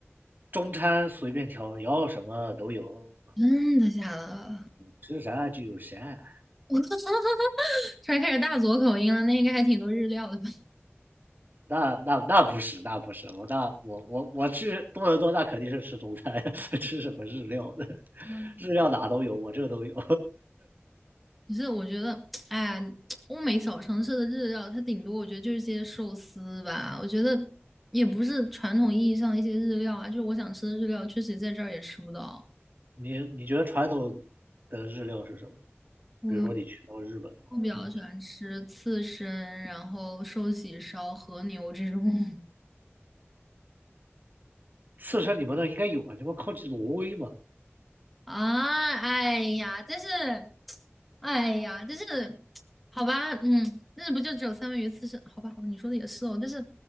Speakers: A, on the right; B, in the centre.
A: 中餐随便挑，要什么都有，
B: 真的假的？
A: 吃啥就有啥。
B: 我 <laughs> 突然开始大佐口音了，那应该还挺多日料的吧？
A: 那那那不是，那不是，我那我我我去多伦多，那肯定是吃中餐，<laughs> 吃什么日料的，
B: 嗯，
A: 日料哪都有，我这都有。
B: <laughs> 可是我觉得，哎呀，欧美小城市的日料，它顶多我觉得就是些寿司吧。我觉得也不是传统意义上的一些日料啊，就是我想吃的日料，确实在这儿也吃不到。
A: <laughs> 你你觉得传统的日料是什么？
B: 我
A: 比如说你去到日本的话，
B: 我比较喜欢吃刺身，
A: 你会
B: 然后寿喜烧、和牛这种。<laughs>
A: 刺身你们那应该有啊，你们靠近挪威嘛？
B: 啊，哎呀，真是，哎呀，真是，好吧，嗯，那不就只有三文鱼刺身？好吧，好吧，你说的也是哦，但是，